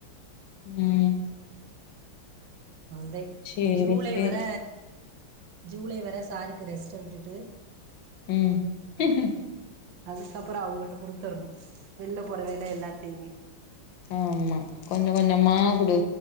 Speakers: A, on the left; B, on the right.
A: உம்
B: அவுல்தே
A: சேரி
B: ஜூலை
A: சேரி
B: வர ஜூலை வர சாருக்கு ரெஸ்ட்ட விட்டுட்டு
A: உம்
B: அதுக்கப்பறோ அவுங்குள்ட குடுத்துரணு வெளில போற வேல எல்லாத்தையுமே
A: ஆம்மா கொஞ்ச கொஞ்சமா குடு